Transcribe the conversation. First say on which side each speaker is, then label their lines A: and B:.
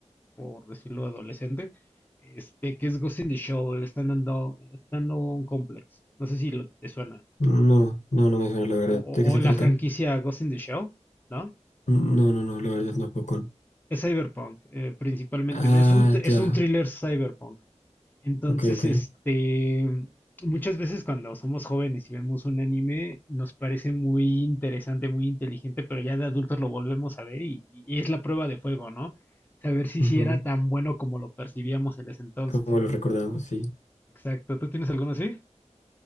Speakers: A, on the left; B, on the left.
A: por decirlo adolescente, este, que es Ghost in the Shell, el Stand-Alone Stand-Alone Complex. No sé si lo- te suena.
B: No, no, no me suena la verdad.
A: O, o
B: ¿De qué
A: o
B: se trata?
A: la franquicia Ghost in the Shell. ¿no?
B: No, no, no, la verdad no, poco.
A: Es cyberpunk, eh, principalmente.
B: Ah,
A: Es un, es
B: ya.
A: un thriller cyberpunk. Entonces,
B: Ok, ok.
A: este, muchas veces cuando somos jóvenes y vemos un anime, nos parece muy interesante, muy inteligente, pero ya de adultos lo volvemos a ver y, y es la prueba de fuego, ¿no? Saber si
B: Ujú.
A: sí era tan bueno como lo percibíamos en ese entonces.
B: Como lo recordamos, sí.
A: Exacto. ¿Tú tienes alguno así?